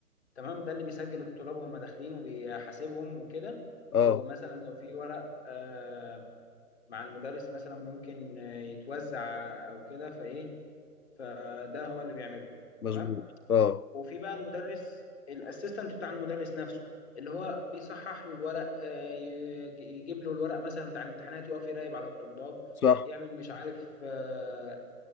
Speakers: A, on the left; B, on the left.
A: تمام ده اللي بيسجل الطلاب وهم داخلين وبيحاسبهم وكده
B: اه
A: ومثلا لو في ورق آه مع المدرس مثلا ممكن آه، يتوزع او كده فايه فده هو اللي بيعمله
B: مظبوط
A: تمام
B: اه
A: وفي بقى المدرس الاسيستنت بتاع المدرس نفسه اللي هو بيصحح له الورق آه، يج- يجيب له الورق مثلا بتاع الامتحانات يقف يراقب على الطلاب
B: صح
A: يعمل مش عارف آه،